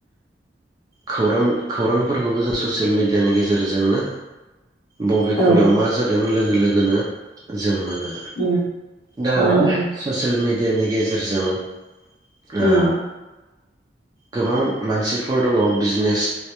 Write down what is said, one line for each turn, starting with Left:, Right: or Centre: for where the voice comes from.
Right: खौरां खौरांफोरखौबो जों ससियेल मिडियानि गेजेरजोंनो बबे
Left: औ
Right: खनायाव मा जादों लोगो लोगोनो जों मोनो
Left: उम
Right: दा
Left: मोनो
Right: चसेल मिडि यानि गेजेरजों ओ
Left: उम
Right: गोबां मानसिफोर दङ बिजिनेस